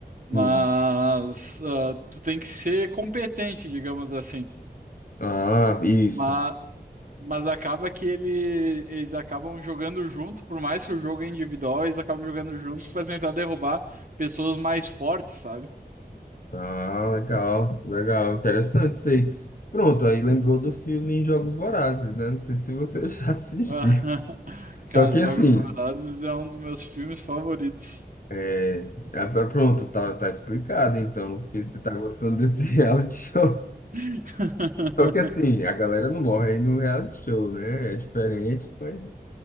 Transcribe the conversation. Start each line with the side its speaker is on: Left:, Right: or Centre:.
Right: Mas
Left: Hum.
Right: ah, tu tem que ser competente, digamos assim.
Left: Ah, isso.
Right: Mas, mas acaba que ele, eles acabam jogando junto, por mais que o jogo é individual, eles acabam jogando junto pra tentar derrubar pessoas mais fortes, sabe?
Left: Ah, legal, legal. Interessante isso aí. Pronto, aí lembrou do filme Jogos Vorazes, né? Não sei se você <laughs> já assistiu.
Right: <laughs> Cara,
Left: Só que
Right: Jogos
Left: assim,
Right: Vorazes é um dos meus filmes favoritos.
Left: é, é, pronto, tá, tá explicado então, porque você tá gostando desse <laughs> reality show.
Right: <laughs>
Left: Só que assim, a galera não morre aí no reality show, né? É diferente, mas.